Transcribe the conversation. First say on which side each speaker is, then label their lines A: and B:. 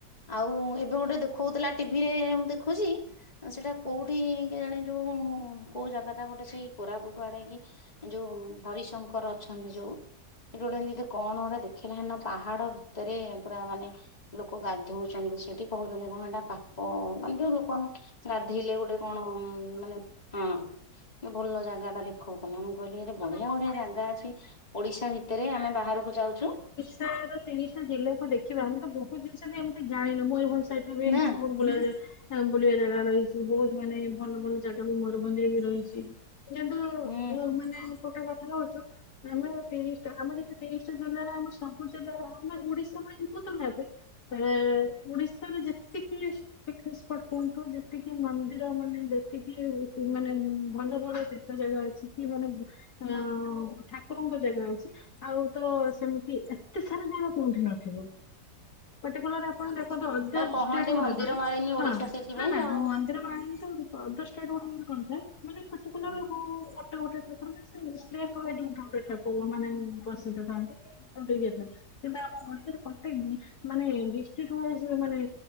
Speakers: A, on the left (about 20°); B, on the left (about 65°).
A: ଆଉ ଏବେ ଗୋଟେ ଦେଖଉଥିଲା ଟିଭି ରେ ମୁଁ ଦେଖୁଛି। ସେଟା କୋଉଠି କେଜାଣି ଯୋଉ କୋଉ ଯାଗା ଟା ଗୋଟେ ସେଇ କୋରାପୁଟ ଆଡ଼େ କି ଯୋଉ ହରିଶଙ୍କର ଅଛନ୍ତି ଯୋଉ ସେଠି ଗୋଟେ ଏମିତି କଣ ଗୋଟେ ଦେଖିଲା ହେଦିନ ପାହାଡ଼ ଭିତରେ ପୁରା ମାନେ। ଲୋକ ଗାଧଉଛନ୍ତି ସେଠି କହୁଛନ୍ତି କଣ ହେଟା ପାପ ମାନେ ଯୋଉ ଲୋକମାନେ। ଗାଧେଇଲେ ଗୋଟେ କଣ ମାନେ ହଁ ଭଲ ଯାଗା ଟା ଦେଖାଉଥିଲା ମୁଁ କହିଲି ଆରେ। ବଢ଼ିଆ
B: ହୁଁ
A: ବଢ଼ିଆ ଯାଗା
B: ହଁ।
A: ଅଛି ଓଡ଼ିଶା ଭିତରେ ଆମେ ବାହାରକୁ ଯାଉଛୁ।
B: ତିରିଶି ଟା ଜିଲ୍ଲାକୁ ଦେଖିବା ଆମେ ତ ବହୁତ ଜିନିଷ ଏମିତି ଜାଣିନୁ ମୟୂରଭଞ୍ଜର <inaudible> ସହିତ ବି ଏମିତି
A: ନା
B: ବହୁ। ବୁଲା ବୁଲିବା ଜାଗା ରହିଛି ବହୁତ ମାନେ ଭଲ ଭଲ ଜାଗା ବି ମୟୂରଭଞ୍ଜରେ ବି ରହିଛି। କିନ୍ତୁ
A: ହୁଁ
B: ଯୋଉ ମାନେ ଗୋଟେ କଥା କହୁଚୁ। ଆମେ ତିରିଶ ଟା ଆମେ ଯତେ ତିରିଶଟା ଜିଲ୍ଲାରେ ଆମ ସବୁ ଜିଲ୍ଲାର ଆମେ ଓଡିଶା ଭାଇଙ୍କୁ ଟା ନେବେ। ଓଡିଶାରେ ଯେତିକି ପିକନିକ୍ ସ୍ପଟ୍ କୁହନ୍ତୁ ଯେତିକି। ସେ ମନ୍ଦିର ମାନେ ଯେତିକି ମାନେ ଭଲ ଭଲ ତୀର୍ଥ ଜାଗା ଅଛି କି ମାନେ। ଅ ଠାକୁରଙ୍କ ଜାଗା ଅଛି ଆଉ ତ ସେମିତି ଏତେ ସାରା ଯାଗା କୋଉଠି ନଥିବ।
A: ହୁଁ।
B: ପଟିକୁଲାର ଆପଣ ଦେଖନ୍ତୁ ଅଦର
A: କହନ୍ତି
B: ଷ୍ଟେଟ୍ ଗୁଡ଼ାକ
A: ମନ୍ଦିର
B: ରେ
A: ମାଳିନୀ ଓଡିଶା
B: ହଁ
A: ସେଇଥିପାଇଁ
B: ନା ନା
A: ଆଉ।
B: ମନ୍ଦିର ମାଳିନୀ ତ। ଦଶଟା ରେ ଗୋଟେ ଗୋଟେ କଣ ଥାଏ ମାନେ ପଟିକୁଲାର
A: ହୁଁ
B: ଗୋଟେ ଗୋଟେ। ଷ୍ଟେଟ୍ ହୁଏନି ଠାକୁର ମାନେ ବସିତଥାନ୍ତି। <inaudible> କିନ୍ତୁ ଆମ ଓଡିଶାରେ ପ୍ରତେକ। <inaudible> ମାନେ ଡିଷ୍ଟ୍ରିକ୍ ୱଇଜ ମାନେ